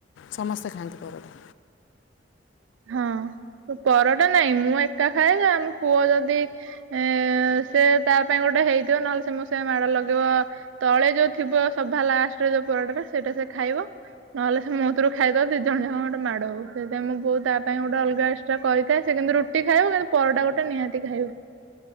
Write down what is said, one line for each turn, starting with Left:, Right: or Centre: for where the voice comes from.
Left: ସମସ୍ତେ ଖାଆନ୍ତି ପରଟା?
Right: ହଁ ପରଟା ନାଇଁ ମୁଁ ଏକା ଖାଏ ଯ ଆମ ପୁଅ ଯଦି ଏଁ ସେ ତା ପାଇଁ ଗୋଟେ ହେଇଥିବ ନହେଲେ ସେ ମୋ ସାଙ୍ଗେ ମାଡ ଲଗେଇବ ତଳେ ଯୋଉ ଥିବ ସଭା ଲାଷ୍ଟରେ ଯୋଉ ପରଟା ଟା ସେଇଟା ସେ ଖାଇବ ନହେଲେ ସେ ମୋଥିରୁ ଖାଇଦବ ଦି ଜଣ ଯାକ ଗୋଟେ ମାଡ ହଉ ସେ ମୋ ବୋଉ ତା ପାଇଁ ଗୋଟେ ଅଲଗା ଏକ୍ସଟ୍ରା କରିଥାଏ ସେ କିନ୍ତୁ ରୁଟି ଖାଇବ କିନ୍ତୁ ପରଟା ଗୋଟେ ନିହାତି ଖାଇବ।